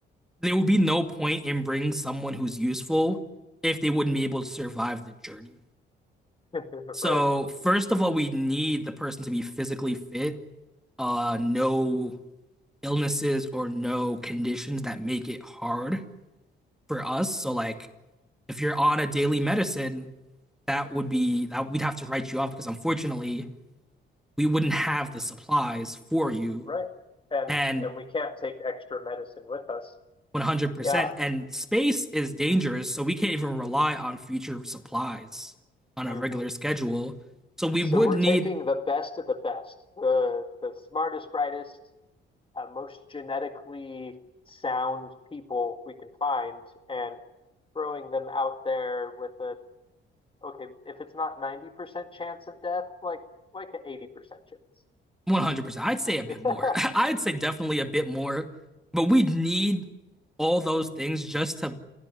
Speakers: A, in the centre; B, on the left.
A: there will be no point in bringing someone who's useful if they wouldn't be able to survive the journey.
B: Right,
A: So, first of all, we need the person to be physically fit, uh, no illnesses or no conditions that make it hard for us. So like if you're on a daily medicine, that would be that we'd have to write you off because unfortunately we wouldn't have the supplies for you
B: right. And
A: and
B: and we can't take extra medicine with us.
A: 100%
B: Yeah.
A: and space is dangerous so we can't even rely on future supplies on a
B: hmm
A: regular schedule so we
B: So
A: would
B: we're
A: need
B: taking the best of the best, the the smartest, brightest, uh, most genetically sound people we can find, and throwing them out there with a okay, if it's not 90% chance of death, like like an 80% chance.
A: 100% i'd say
B: <laughs>
A: a bit more <laughs> i'd say definitely a bit more but we'd need all those things just to